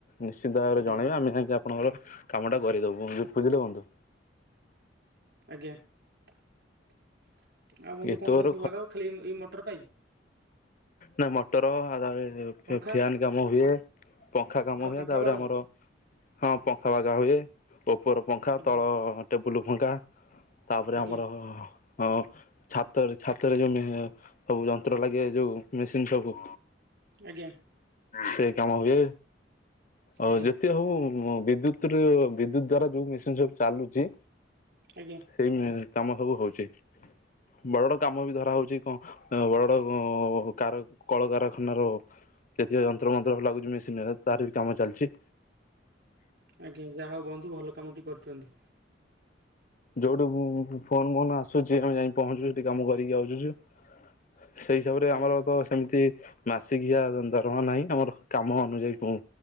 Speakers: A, on the left; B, on the right.
A: ନିଶ୍ଚିନ୍ତ ଭାବରେ
B: ଆଜ୍ଞା
A: ଜଣେଇବା ଆମେ କାଇହିଁକି ଆପଣଙ୍କର କାମ ଟା କରିଦବୁ ବୁଝିଲେ ବନ୍ଧୁ।
B: ଆଜ୍ଞା ଆଉ ବନ୍ଧୁ
A: ଏତେ
B: କଣ
A: ଜୋର
B: କଣ ସବୁ ଆଗ ଖାଲି ଏଇ ମଟର ପାଇଁ
A: ନାଇଁ ମୋଟୋର ଆ ଫ୍ୟାନ
B: ପଙ୍ଖା
A: କାମ ହୁଏ ପଙ୍ଖା କାମ ହୁଏ
B: ପଙ୍ଖା
A: ତାପରେ
B: ବାଗାଅ
A: ଆମର ହଁ ପଙ୍ଖା ବାଗା ହୁଏ ଉପର ପଙ୍ଖା
B: ଆଜ୍ଞା
A: ତଳ ଟେବୁଲ ପଙ୍ଖା ତାପରେ
B: ଆଜ୍ଞା
A: ଆମର ହଁ ଛାତରେ ଛାତରେ ଯୋଉ ସବୁ ଯନ୍ତ୍ର ଲାଗେ ଯୋଉ ମେସିନ ସବୁ
B: ଆଜ୍ଞା।
A: ସେଇ କାମ ହଏ ଆଉ
B: ଆଜ୍ଞା
A: ଯେ ହବ ବିଦ୍ୟୁତ ବିଦ୍ୟୁତ ଦ୍ଵାରା ଯୋଉ ମେସିନ ସବୁ ଚାଲୁଛି
B: ଆଜ୍ଞା।
A: ସେଇ କାମ ସବୁ ହଉଛି। ବଡ ବଡ କାମ ବି ଧରା ହଉଛି କଣ ବଡ ବଡ କାର କଳକାରଖାନାର ଯେତିକ ଯନ୍ତ୍ର ମନ୍ତ୍ର ହେଲାଗ ମେସି ତାର ବି କାମ ଚାଲିଛି।
B: ଆଜ୍ଞା ଯାହା ହଉ ବନ୍ଧୁ ଭଲ କାମ ଟେ କରୁଛନ୍ତି।
A: ଯୋଉଠୁ ଫୋନ ଫୋନ ଆସୁଛି ଆମେ ଯାଇ ପହଞ୍ଚୁ ସେଠି କାମ କରିକି ଆସୁ ସେଇ ହିସାବରେ
B: ଆଜ୍ଞା
A: ଆମର ତ ସେମିତି ମାସିକିଆ ଦରମା ନାହିଁ ଆମର କାମ ଅନୁଯାୟୀ